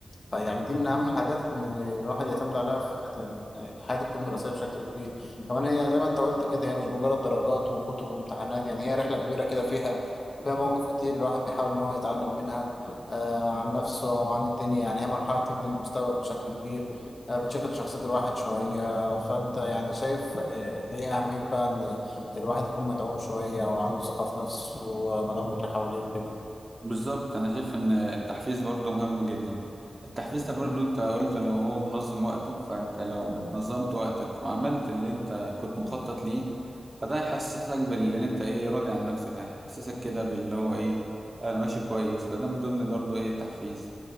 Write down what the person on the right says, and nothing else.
بالظبط انا شايف ان التحفيز برضه مهم جدا التحفيز ده برضه
انت قلت لو هو منظم وقته فانت لو نظمت وقتك وعملت اللي انت كنت مخطط ليه فده هيحسسك باللي انت ايه راضي عن نفسك هيحسسك كده باللي هو ايه انا ماشي كويس فده من ضمن برضه ايه التحفيز